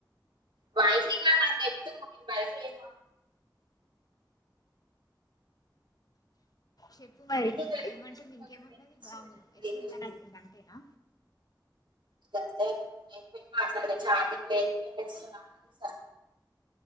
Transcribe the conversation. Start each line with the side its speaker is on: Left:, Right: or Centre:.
Right: వైఫై గాదు నా దగ్గర నెట్టు వైఫై ఏమ
Left: చెప్పు మరి
Right: బ్లూటూత్
Left: ఇంకా
Right: పెట్టుకున్నా
Left: ఏమంటుంది
Right: ఇప్పుడు
Left: ఇంకేమంటుంది
Right: కొంచెం వినిపిస్తుంది
Left: బాగు
Right: కానీ
Left: ఎట్లుంది
Right: బ్రేక్ అయితుంది
Left: అని అడిగింది అంతేనా
Right: <unintelligible> నాకాడ ఛార్జింగ్ లేదు నేను పెట్టేస్తున్నా సరే